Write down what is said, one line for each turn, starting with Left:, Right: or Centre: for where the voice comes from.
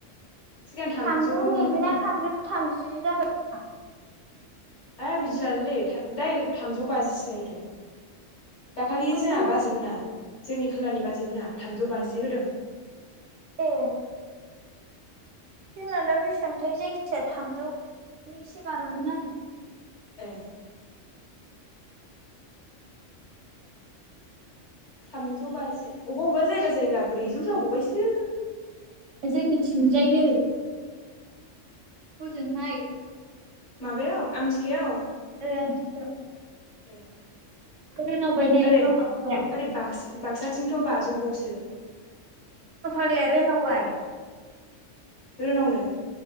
Left: सिगां थामजौल'मोन
Right: थामजौ नैजिना
Left: खोमा
Right: थामजौ थामजि जाबायना।
Left: ओ बिदिलालाय लायो‌ था डाइरेक्ट थामजौ बाजिसो लायोथ'। दाखालि
Right: थामजौ
Left: जोंहा बाजै मोना जोंनि खोलानि बाजै मोना थामजौ बाजि होदों।
Right: ए जोंना दा बेसेबांथाय जायखिजाया थामजौनि एसे बारबायमोन आरो
Left: ए थामजौ बाजि अबेबा अबेबा जायगा जायगा ब्रैजौ जाबावबायसो
Right: जोंनिथिंजायनो हजोंहाय
Left: माबायाव आमथिखायाव
Right: ओ आमथिखायाव
Left: ए
Right: रोनावबायनो
Left: ओरै
Right: रोनाव फाग्लाया
Left: ओरै बाक्सा बाक्साथिंथ' बाजौबावसो
Right: रौनाव फाग्लाया रोनावबाय
Left: रोनावनो